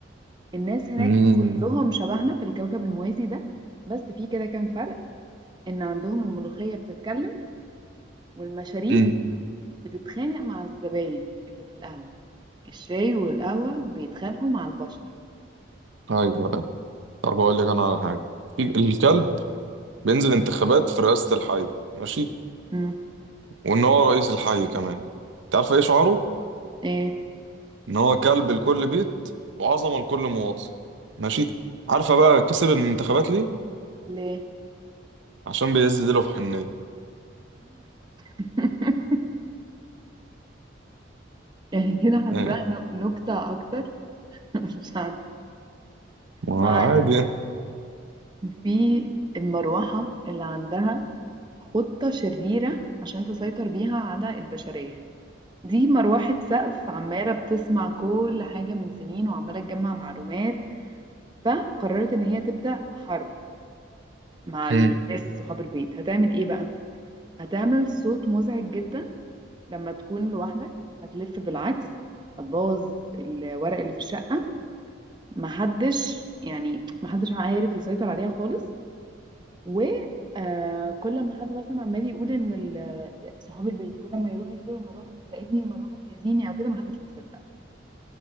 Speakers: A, on the right (about 25°); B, on the right (about 75°).
A: الناس هناك
B: امم
A: كلهم شبهنا في الكوكب الموازي ده بس في كده كام فرق ان عندهم الملوخية بتتكلم والمشاريب
B: امم
A: بتتخانق مع الزباين اللي في القهوة الشاي والقهوة بيتخانقوا مع البشر
B: ايوه طب اقول لك انا على حاجه في- الكلب بينزل انتخابات في رئاسه الحي ماشي
A: امم
B: وان هو رئيس الحي كمان انت عارفه ايه شعاره
A: ايه
B: ان هو كلب لكل بيت وعظمه لكل مواطن ماشي عارفه بقى كسب المنتخبات ليه
A: ليه
B: عشان بيهز ديله في حنيه
A: <laughs> يعني كده حاساها
B: اه
A: ن- نكتة اكتر <laughs> مش عارفة
B: ما هو
A: ما علينا
B: عادي يعني
A: في المروحة اللي عندها خطة شريرة عشان تسيطر بيها على البشرية دي مروحة سقف عمالة بتسمع كل حاجة من سنين وعمالة تجمع معلومات فقررت إن هي تبدأ حرب مع الناس
B: مم.
A: صحاب البيت هتعمل إيه بقى؟ هتعمل صوت مزعج جدا لما تكون لوحدك هتلف بالعكس هتبوظ الورق اللي في الشقة محدش يعني محدش عارف يسيطر عليها خالص وكل ما حد مثلا عمال يقول ان ال- صحاب البيت كل ما يروح يقولوا المروحه بتراقبني المروحه بتاذيني او كده ما حدش بيصدق